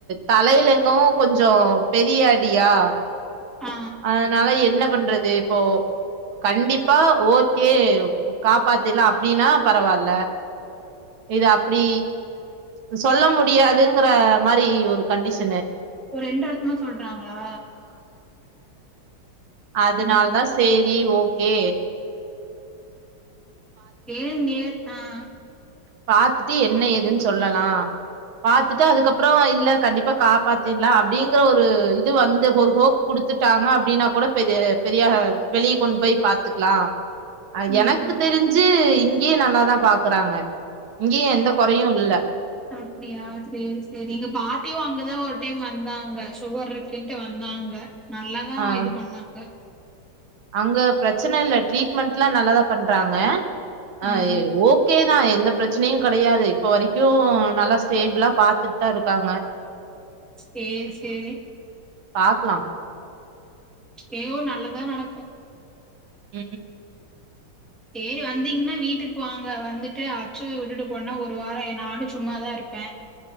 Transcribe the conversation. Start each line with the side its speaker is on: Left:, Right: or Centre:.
Right: தலைலெங்கும் கொஞ்சம் பெரிய அடியா
Centre: ஆ
Right: அதனால என்ன பண்றது இப்போ கண்டிப்பா ஓகே காப்பாத்துலாம் அப்படின்னா பரவால இது அப்படி சொல்ல முடியாதுங்கற மாதிரி ஒரு கண்டிஷனு
Centre: ஒரு ரெண்டு எடத்தமா சொல்றாங்களா
Right: அதனால
Centre: ம்
Right: தான் செரி ஓக் கே
Centre: ஏன இங்கே ஆஹ்
Right: பாாரத்துட்டு என்ன எதுன்னு சொல்லலாம் பாத்துட்டு அதுக்கப்புறம் இல்ல கண்டிப்பா காப்பாத்திர்லாம் அப்படிங்கற ஒரு இது வந்து ஒரு ஹோக் குடுத்துட்டாங்க அப்படின்னா கூட பெரிய பெரிய வெளியே கொண்டு போய் பாத்துக்கலாம் அது
Centre: ம்
Right: எனக்கு தெஞ்சு இங்கேயே நல்லாதான் பாக்குறாங்க இங்கேயும் எந்த
Centre: அப்
Right: குறையும் இல்ல
Centre: அப்படியா சரி சரி எங்க பாட்டியும் அங்கதான் ஒரு டைம் வந்தாங்க சுகர் இருக்குன்ட்டு வந்தாங்க நல்லாதான்
Right: ஆஹ்
Centre: இது பண்ணாங்க
Right: அங்க பிரச்சன இல்ல ட்ரீட்மெண்ட் எல்லாம் நல்லாதான் பண்றாங்க ஆ
Centre: ம்
Right: ஓகே தான் எந்த பிரச்சனையும் கிடையாது இப்ப வரைக்கும் நல்லா ஸ்டேபிளா பாத்துட்தா இருக்காங்க.
Centre: சேரி சேரி
Right: பாக்லா.
Centre: ஏயோ நல்லதா நடக்கு.
Right: ஹ்ம்
Centre: சேரி வந்தீங்ன்னா வீட்டுக்கு வாங்க வந்துட்டு அச்சுவ விட்டுட்டு போனா ஒரு வாரோ நானு சும்மாதா இருப்ப.